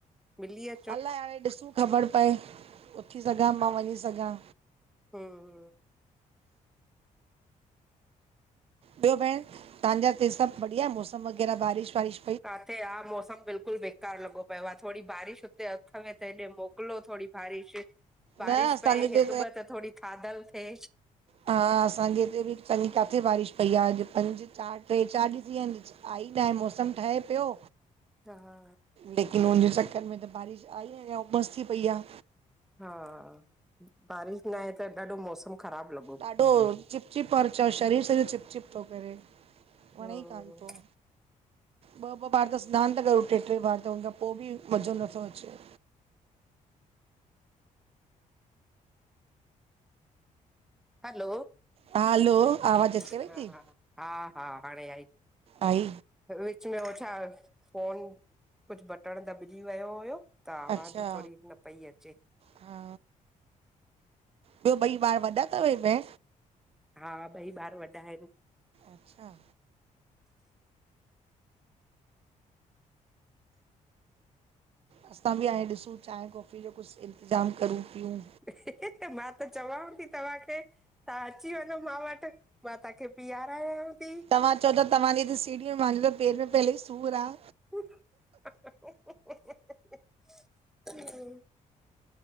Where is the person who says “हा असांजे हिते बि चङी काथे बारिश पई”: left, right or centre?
Right